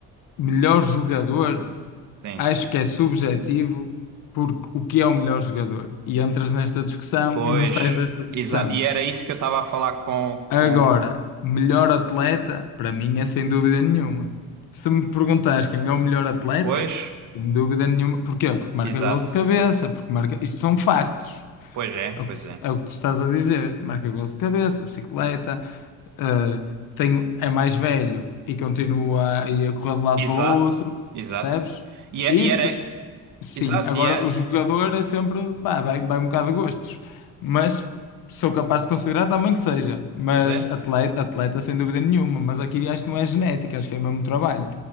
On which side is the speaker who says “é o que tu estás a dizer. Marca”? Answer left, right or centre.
Left